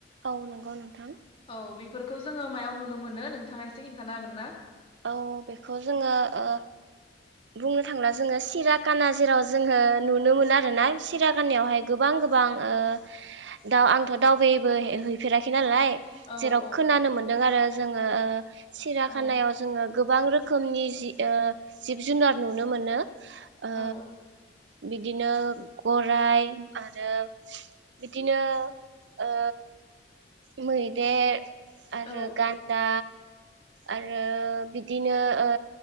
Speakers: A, on the right; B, on the left.
A: औ नंगौ नोंथां।
B: औ बेफोरखौ जोंङो मायाव नुनो मोनो नोंथांआ एसे खिन्थानो हागोन ना?
A: औ बेखौ जोंङो ओ बुंनो थांला जोंङो सिराखाना जेराव जोंङो नुनो मोनो आरोना सिराखानावहाय गोबां गोबां ओ दाउ आंथ' दावबायबोहैफेराखैबो नालाय।
B: औ
A: जेराव
B: औ
A: खोनानो
B: औ
A: मोनदों आरो जोंङो ओ सिराखानायाव
B: औ
A: गोबां रोखोमनि जि ओ जिब-जुनार नुनो मोनो। ओ
B: औ
A: बिदिनो गराय आरो बिदिनो ओ मैदेर आरो
B: औ
A: गान्दा आरो बिदिनो ओ